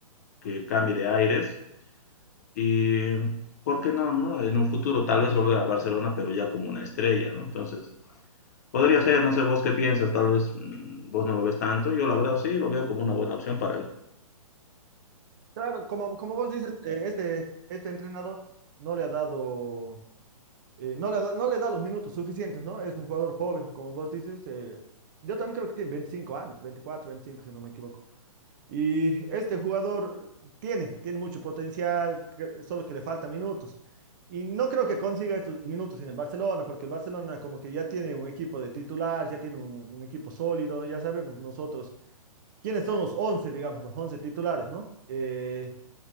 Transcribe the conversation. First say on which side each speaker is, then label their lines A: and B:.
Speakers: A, on the left; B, on the right.
A: que cambie de aires y, ¿por qué no, no? En un futuro tal vez volver al Barcelona, pero ya como una estrella, ¿no? Entonces, podría ser, no sé vos qué piensas, tal vez mmm, vos no lo ves tanto, yo la verdad sí lo veo como una buena opción para él.
B: Claro, como, como vos dices, eh, este, este entrenador no le ha dado, eh, no le ha da, no le da los minutos suficientes, ¿no? Es un jugador joven, como vos dices. eh, yo también creo que tiene 25 años, 24, 25, si no me equivoco. Y este jugador tiene, tiene mucho potencial, cre- solo que le falta minutos. Y no creo que consiga estos minutos en el Barcelona, porque el Barcelona como que ya tiene un equipo de titulares, ya tiene un, un equipo sólido, ya sabemos nosotros quiénes son los 11 digamos, los 11 titulares, ¿no? Eh,